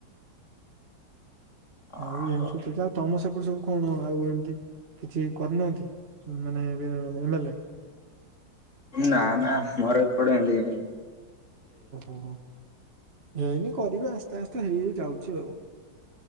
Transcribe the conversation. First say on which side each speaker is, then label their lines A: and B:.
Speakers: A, on the left; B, on the right.
A: ଓ
B: ଆଉ
A: ହୋ
B: ଏମିସବୁ ଚାଚା ଆଉ ତମ ସେପଟ ସବୁ କଣ ଆଉ ଏମିତି କିଛି କରିନାହାନ୍ତି ମାନେ ଏ ଏ ମେଲ?
A: ନା ନା ଘରେ ପୁଡା ଏମତି କେ ନାଇଁ
B: ଓହୋ, ଏନି କରିବେ ଆସ୍ତେ ଆସ୍ତେ ହେଇ ହେଇ ଯାଉଛି ଆଉ।